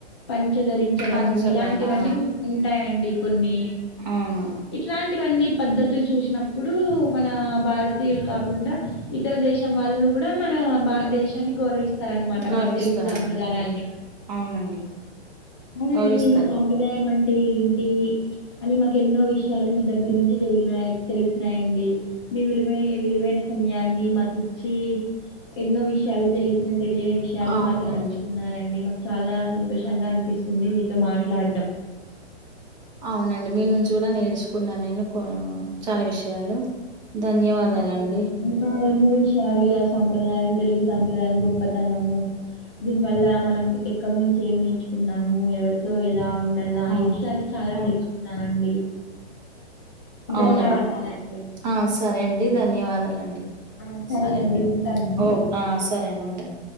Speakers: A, on the left (about 25°); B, on the right (about 40°).
A: పంచ ధరించడము
B: పంచగన్
A: ఇలాంటివన్నీ
B: ఆ
A: ఉంటాయండి కొన్ని
B: అవును
A: ఇట్లాంటివన్నీ పద్ధతులు చూసినప్పుడు మన భారతీయులు కాకుండా ఇతర దేశం వాళ్ళు కూడా మన భ దేశాన్ని గౌరవిస్త ఇస్తారనమాట
B: గౌరవిస్తారండి
A: మన తెలుగు సాంప్రదాయాల్ని
B: అవునండి
A: అవునండి
B: గౌరవిస్తారు
A: సాంప్రదాయం అంటే ఏంటి అని మాకు ఎన్నో విషయాలు మీ దగ్గర నుంచి జరిగినా తెలిసినాయండి మీ విలువ విలువైన సమయాన్ని మాకు ఇచ్చి ఎన్నో విషయాలు తెలిసిన తెలియని విషయాలు
B: అవునండి
A: మాతో పంచుకున్నారండి మా చాలా సంతోషంగా అనిపిస్తుంది మీతో మాట్లాడడం
B: అవునండి మీ నుంచి కూడా నేర్చుకున్నా నేను కొ చాలా విషయాలు ధన్యవాదాలండి
A: అవునండి ఇంక ఎన్నో విషయాలు ఇలా సం సాంప్రదాయం తెలుగు సాంప్రదాయం గొప్పతనము. దీని వల్ల మనం ఎక్కడ నుంచి ఏం నేర్చుకున్నాము ఎవరితో ఎలా. ఉండల్లా
B: ఆ
A: ఈ విషయాలు చాలా
B: ఆ!
A: తెలుసుకున్నానండి.
B: అవునండి
A: ధన్యవాదాలండి.
B: ఆ సరే అండి ధన్యవాదాలండి.
A: ఆ సరేనండి
B: సరే అండి
A: ఉంటానండి
B: ఓ ఆహ్ సరే అండి ఉంటాను.